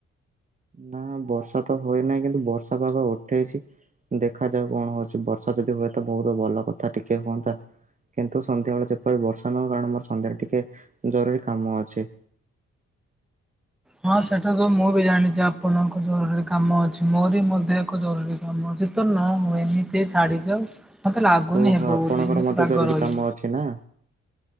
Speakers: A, on the right; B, in the centre.
A: ନା ବର୍ଷା ତ ହୋଏନାହିଁ। କିନ୍ତୁ ବର୍ଷା ପାାଗ ଉଠେଇଚି। ଦେଖା ଯାଉ କଣ ହୋଉଚି ବର୍ଷା ଯଦି ହୁଏ ତ ବହୁତ୍ ଭଲ କଥା ଟିକିଏ ହୁଅନ୍ତା। କିନ୍ତୁ ସନ୍ଧ୍ୟାବେଳେ ଯେପରି ବର୍ଷା ନହୁଏ। କାରଣ ମୋର ସନ୍ଧ୍ୟାରେ ଟିକିଏ ଜରୁରୀ କାମ ଅଛି।
B: ହଁ ସେଇଟା ତ ମୁଁ ବି ଜାଣିଚି ଆପଣଙ୍କ ଜରୁରୀ କାମ ଅଛି। ମୋରି ମଧ୍ୟ ଏକ ଜରୁରୀ କାମ ଅଛି। ତ ନହୋଉ ଏମିତି ଛାଡ଼ିଯାଉ ମୋତେ ଲାଗୁନି
A: ଓହୋ
B: ହେବବୋଲି।
A: ଆପଣଙ୍କର
B: ଏମିତି
A: ମଧ୍ୟ
B: ପାଗ
A: ଜରୁରୀ
B: ରହି
A: କାମ ଅଛି ନା।